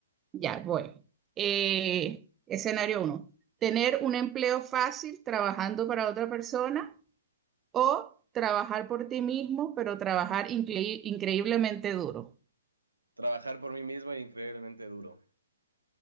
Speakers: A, on the right (about 20°); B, on the right (about 80°).
A: Ya, voy. Eh, escenario uno. Tener un empleo fácil trabajando para otra persona o trabajar por ti mismo, pero trabajar incre- increíblemente duro.
B: Trabajar por mí mismo es increíblemente duro.